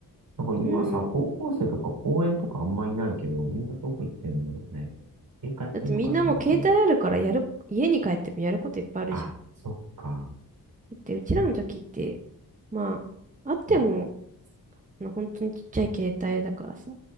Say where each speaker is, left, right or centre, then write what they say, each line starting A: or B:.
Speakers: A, on the right; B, on the right.
A: なんか今さ、
B: うん。
A: 高校生とか公園とかあんまいないけど、みんなどこ行ってんだろうね。家帰ってんのかな、
B: だってみんなもう携帯あるからやる、
A: もうすぐ。
B: 家に帰ってもやることいっぱいあるじゃん。
A: あ、そっか。
B: だってうちらの時って、まあ、あっても、
A: ん
B: あの本当にちっちゃい携帯だからさ。